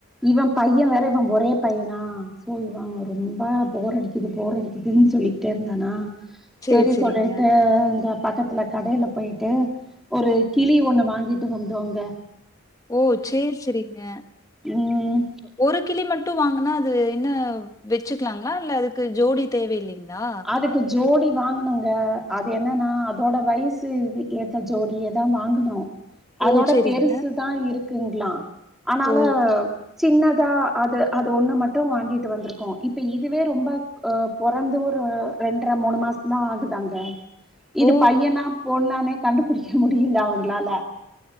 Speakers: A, in the centre; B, on the left.
A: இவ பையே வேற இவ ஒரே பையனா சோ இவ ரொம்ப போர் அடிக்குது போர் அடிக்குதுன்னு சொல்லிட்டே இருந்தானா
B: சேரி
A: செரி
B: சேரிங்க
A: சொல்லிட்டு அந்த பக்கத்துல கடையில போய்ட்டு ஒரு கிளி ஒண்ணு வாங்கிட்டு வந்தோம்ங்க
B: ஓ சேரி சேரிங்க
A: ம்
B: ஒரு கிளி மட்டு வாங்குனா அது என்ன வச்சுக்கலாங்களா இல்ல அதுக்கு ஜோடி தேவை இல்லைங்களா
A: அதுக்கு ஜோடி வாங்கணுங்க அது என்னன்னா அதோட வய்சு இது ஏத்த ஜோடி எத் தா வாங்குனோ அதோட
B: ஓ சேரிங்க
A: பெருசு தா இருக்குங்களா அனால
B: ஓ
A: சின்னதா அது அது ஒண்ணு மட்டு வாங்கிட்டு வந்திருக்குகோ இப்ப இதுவே ரொம்ப ஆ பொறந்து அ ரெண்டர மூணு மாச தா ஆகுதாங்க
B: ஓ!
A: இது பையனா பொண்ணானே கண்டுபுடிக்க முடியில அவுங்களால